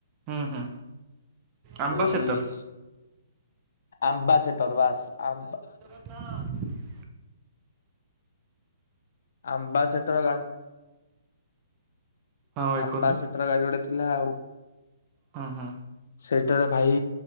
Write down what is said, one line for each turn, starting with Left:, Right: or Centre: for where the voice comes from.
Right: ହୁଁ ହୁଁ।
Left: ସେଇ
Right: ଆମ୍ବାସେଟର
Left: ଆମ୍ବା ସେଟର ବାସ ଆମ୍ବା
Right: ହଁ।
Left: ଆମ୍ବା ସେଟର ଗାଡି
Right: ହଁ ଭାଇ
Left: ଆମ୍ବା
Right: କୁହନ୍ତୁ
Left: ସେଟର ଗାଡି ଗୋଟେ ଥିଲା ଆଉ
Right: ହୁଁ ହୁଁ
Left: ସେଟାରେ ଭାଇ